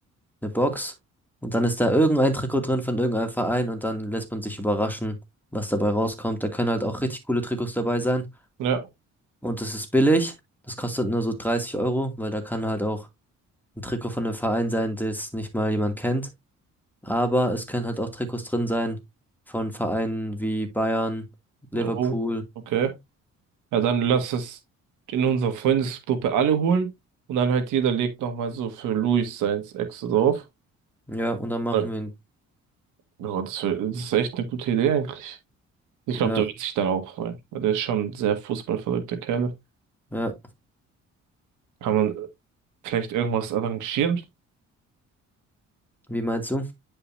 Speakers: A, in the centre; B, on the right.
A: eine Box und dann ist da irgendein Trikot drin von irgendeinem Verein und dann lässt man sich überraschen, was dabei rauskommt. Da können halt auch richtig coole Trikots dabei sein.
B: Ja.
A: Und das ist billig. Das kostet nur so 30 Euro, weil da kann halt auch ein Trikot von einem Verein sein, das nicht mal jemand kennt. Aber es können halt auch Trikots drin sein von Vereinen wie Bayern, Liverpool.
B: Oh, okay. Ja, dann lass es in unserer Freundesgruppe alle holen. Und dann halt jeder legt nochmal so für Luis seins extra drauf.
A: Ja, und dann machen
B: Ja,
A: wir ihn.
B: ja, das wär- das ist echt eine gute Idee eigentlich. Ich
A: Ja,
B: glaube, der wird sich dann auch freuen. Weil der ist schon ein sehr fußballverrückter Kerl.
A: ja.
B: Kann man vielleicht irgendwas arrangieren?
A: Wie meinst du?